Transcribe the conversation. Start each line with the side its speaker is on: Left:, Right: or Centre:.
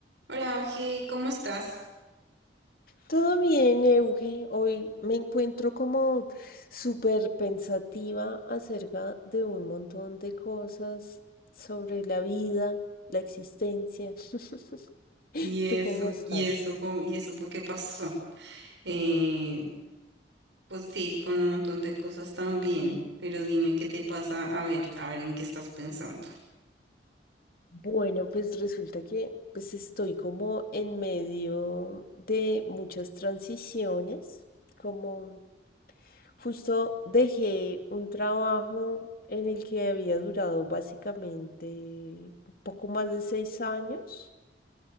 Right: Hola, Ángel, ¿cómo estás?
Left: Todo bien, Euge. Hoy me encuentro como súper pensativa acerca de un montón de cosas sobre la vida, la existencia. <laughs>
Right: Y
Left: ¿Tú
Right: eso,
Left: cómo estás?
Right: y eso, ¿cómo- y eso, ¿por qué pasó? Eh, pues sí, con un montón de cosas también, pero dime qué te pasa, a ver, a ver en qué estás pensando.
Left: Bueno, pues resulta que pues estoy como en medio de muchas transiciones, como justo dejé un trabajo en el que había durado básicamente un poco más de seis años